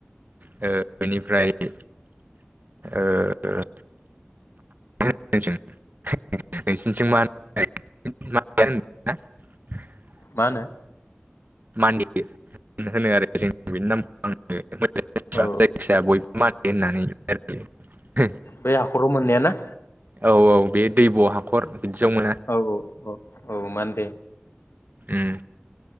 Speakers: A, on the right; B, on the left.
A: बेनिफ्रायनो ओ <unintelligible>
B: मा होनो?
A: मानदे होनो आरो जों बेनि नामखौ आङो। मोजां मोनथिया
B: औ
A: जायखिाया बयबो माने होननानै <unintelligible>
B: बै हाखराव मोननाया ना?
A: औ औ बे दैब' हाखर बिदियाव मोना
B: औ औ औ औ मानदे।
A: ओम